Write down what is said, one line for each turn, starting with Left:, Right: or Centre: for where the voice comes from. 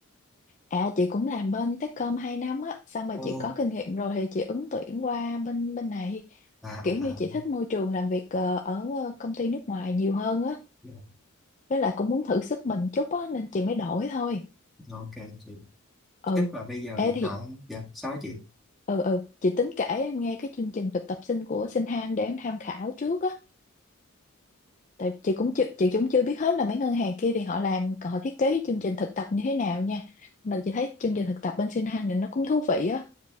Left: à chị cũng làm bên Techcom 2 năm á xong rồi
Centre: ồ
Left: chị có kinh nghiệm rồi thì chị ứng tuyển qua bên bên này
Centre: à,
Left: kiểu
Centre: à,
Left: như
Centre: à.
Left: chị thích môi trường làm việc ờ, ở ờ, công ty nước ngoài nhiều hơn á
Centre: Dạ,
Left: với lại cũng muốn thử sức mình chút á nên chị mới đổi thôi
Centre: ok chị
Left: ừ
Centre: tức là bây giờ hiện
Left: ê thì
Centre: tại dạ sao á chị
Left: ừ ừ chị tính kể em nghe cái chương trình thực tập sinh của Sinh Han để em tham khảo trước á tại chị cũng chưa chị cũng chưa biết hết là mấy ngân hàng kia thì họ làm còn họ thiết kế chương trình thực tập như thế nào nha mà chị thấy chương trình thực tập bên Sinh Hanh này nó cũng thú vị á